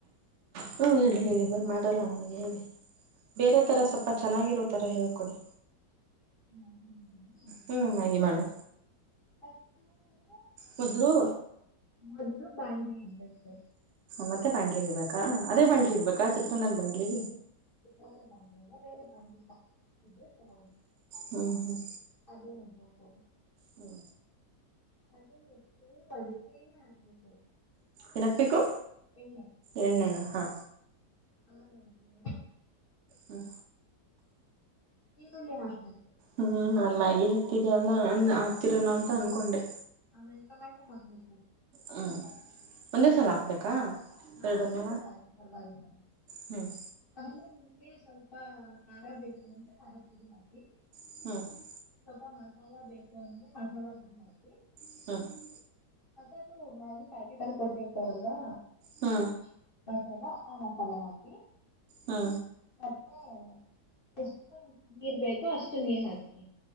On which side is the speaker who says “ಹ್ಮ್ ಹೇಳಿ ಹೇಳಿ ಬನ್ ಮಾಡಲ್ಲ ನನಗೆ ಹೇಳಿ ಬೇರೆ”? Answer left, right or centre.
Right